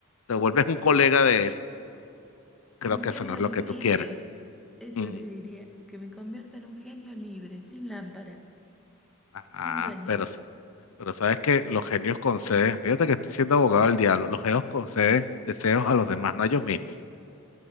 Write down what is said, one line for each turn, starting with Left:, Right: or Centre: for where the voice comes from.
Left: Te vuelves un colega de él. Creo
Centre: un genio
Left: que eso no es
Centre: libre.
Left: lo que tú quieres.
Centre: Eso
Left: Mm,
Centre: le diría, que me convierta en un genio libre, sin lámpara,
Left: Ajá,
Centre: sin dueño.
Left: pero, sa- pero sabes que los genios conceden, fíjate que estoy siendo abogado del diablo, los genios conceden deseos a los demás, no a ellos mismos.